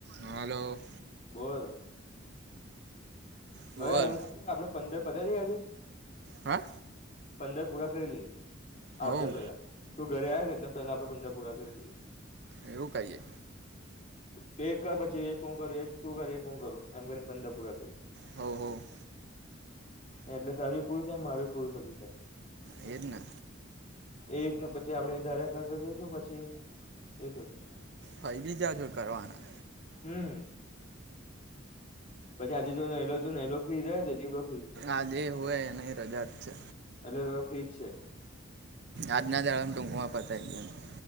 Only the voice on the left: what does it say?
બોલ
હવે એમ કઉ તું આપડે પંદર પતાજ
પંદર પૂરા કરી લઈએ આવતા
પેલા તો ઘરે આવે છે એટલેને પેલા આપણે પંદર પૂરા કરી લઈએ
ત એક કર પછી એક હું કરું એક તું કર એક હું કરું એમ કરીને પંદા પૂરા કર
એટલે તારી પૂરું થાય મારું પૂરું થતું થાય.
એ રીતને પછી આપડે ધરે કર કરશું પછી એ <unintelligible>
હમ્મ <unintelligible>
<unintelligible>